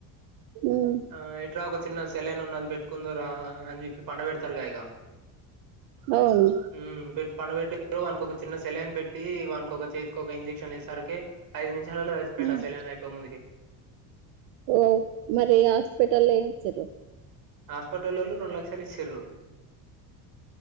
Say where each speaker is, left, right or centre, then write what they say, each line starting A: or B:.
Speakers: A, on the right; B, on the right.
A: ఉమ్
B: ఆ ఎట్ర ఒక చిన్న సెలను ఉన్నది అది పెట్టుకుందరా అని చెప్పి పండ పెడతారు కా ఇక
A: అవును
B: ఊ పెట్టి పన పెట్టి అనికి ఒక చిన్న సెలన్ పెట్టి టి వానక ఒక చేతికి ఒక ఇంజక్షన్ వేసరికి ఐదు నిమిషాలలో సచ్చిపోయిడు
A: ఉమ్
B: ఆ సెలన్ అయిపోయి ముందుకి
A: ఓ మరి హాస్పిటల్ ల ఏమి ఇచ్చిరు
B: హాస్పటలోలు రెండు లక్షలు ఇచ్చారు